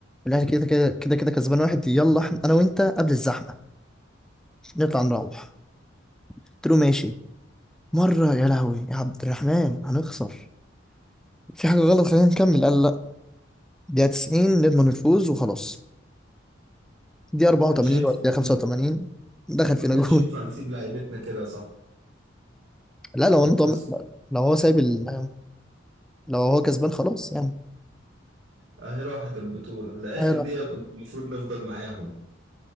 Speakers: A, in the centre; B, on the right.
A: الأهلي كده كده كده كده كسبان واحد يلا إحنا- أنا وأنت قبل الزحمة نطلع نروح قلت له ماشي مرة يا لهوي يا عبد الرحمن هنخسر في حاجة غلط خلينا نكمل قال لا دقيقة 90 نضمن الفوز وخلاص دقيقة 84
B: ما كانش ينفع
A: ولا دقيقة 85
B: نسيب-
A: دخل
B: ما
A: فينا
B: كانش
A: جون
B: ينفع نسيب لعيبتنا كده صح
A: لا لو
B: او
A: انا ضامن
B: قصة
A: لو هو سايب ال... لو هو كسبان خلاص يعني
B: اهي راحت البطوله لاخر
A: حيرة
B: دقيقه كنت المفروض نفضل معاهم